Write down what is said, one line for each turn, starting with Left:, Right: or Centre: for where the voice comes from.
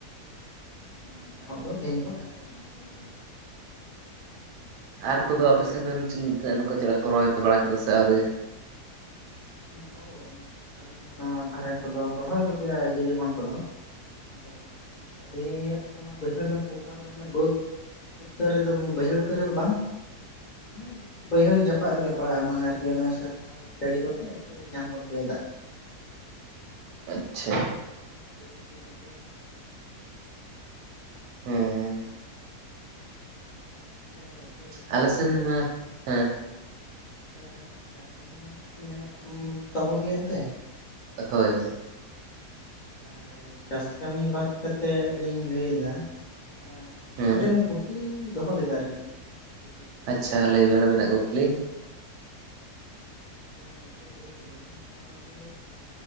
Left: ᱢᱟᱱᱮ ᱮᱦᱚᱵ ᱫᱚ ᱛᱮᱦᱤᱧ ᱠᱷᱚᱱ ᱮᱦᱚᱵ ᱦᱩᱭᱱᱟ ᱟᱨᱠᱤ ᱨᱚᱦᱚᱭ ᱫᱚ᱾
Right: ᱟᱨ ᱠᱚᱫᱚ ᱟᱯᱮ ᱥᱮᱱ ᱨᱮᱱ <unintelligible> <unintelligible> ᱪᱮᱫ ᱞᱮᱠᱟ ᱠᱚ ᱨᱚᱦᱚᱭ ᱵᱟᱲᱟ ᱠᱮᱫᱟ ᱥᱮ ᱟᱹᱣᱨᱤ?
Left: ᱦᱳᱭ ᱟᱞᱮ ᱱᱚᱣᱟ ᱫᱷᱟᱨᱮ ᱠᱚᱫᱚ ᱠᱚ ᱨᱚᱦᱚᱭ ᱜᱚᱫ ᱜᱮᱭᱟ ᱡᱮ ᱡᱮᱢᱚᱱ ᱠᱚᱫᱚ, ᱫᱚ ᱟᱹᱞᱮᱭᱟᱜ ᱠᱚᱢᱟ ᱵᱟᱹᱭᱦᱟᱹᱲ <unintelligible> ᱢᱟᱱᱮ ᱵᱟᱹᱫᱽ ᱩᱛᱟᱹᱨ ᱨᱮᱫᱚ ᱵᱟᱹᱭᱦᱟᱹᱲ ᱩᱛᱟᱹᱨ ᱨᱮᱫᱚ ᱵᱟᱝ᱾ ᱢᱟᱱᱮ ᱵᱟᱹᱭᱦᱟᱹᱲ ᱡᱟᱯᱟᱜ ᱨᱮᱜᱮ ᱯᱟᱲᱟᱜᱼᱟ ᱢᱟᱱᱮ ᱟᱨᱠᱤ ᱚᱱᱮ ᱥᱮᱨᱢᱟ ᱡᱟᱹᱲᱤ ᱠᱚᱛᱮ ᱟᱨᱠᱤ ᱧᱟᱢ ᱜᱚᱫ ᱠᱮᱭᱟᱭ ᱫᱟᱜᱽ᱾
Right: ᱟᱪᱪᱷᱟ,
Left: ᱨᱮᱜ ᱜᱷᱩᱴᱩ ᱧᱚᱜ ᱜᱮᱭᱟ ᱠᱚ,
Right: ᱦᱮᱸ
Left: ᱥᱮᱜᱚᱢ
Right: ᱟᱞᱮ ᱥᱮᱱ ᱢᱟ ᱦᱮᱸ
Left: ᱮᱸ ᱪᱟᱥ ᱠᱟᱹᱢᱤ ᱢᱟ ᱦᱟᱸᱜ ᱢᱮᱱᱟᱜ ᱢᱮ ᱛᱟᱵᱚᱱ ᱜᱮ ᱮᱱᱛᱮ,
Right: ᱦᱳᱭ ᱦᱳᱭ᱾
Left: ᱛᱟᱦᱚᱞᱮ ᱪᱟᱥ ᱠᱟᱹᱢᱤ ᱵᱟᱫ ᱠᱟᱛᱮᱜ ᱞᱤᱧ ᱞᱟᱹᱭᱫᱟ ᱮᱸ
Right: ᱦᱮᱸ
Left: ᱢᱮᱴᱮᱱ ᱠᱩᱠᱞᱤ ᱞᱤᱧ ᱫᱚᱦᱚ ᱞᱮᱫᱟ ᱟᱨᱠᱤ ᱡᱚᱫᱤ
Right: ᱟᱪᱪᱷᱟ ᱞᱟᱹᱭ ᱵᱮᱱ ᱟᱵᱤᱱᱟᱜ ᱠᱩᱠᱞᱤ?
Left: ᱟᱪᱪᱷᱟ ᱜᱚᱝᱠᱮ ᱞᱟᱹᱭ ᱫᱟᱞᱤᱧ ᱱᱚᱜᱼᱚᱭ ᱡᱮ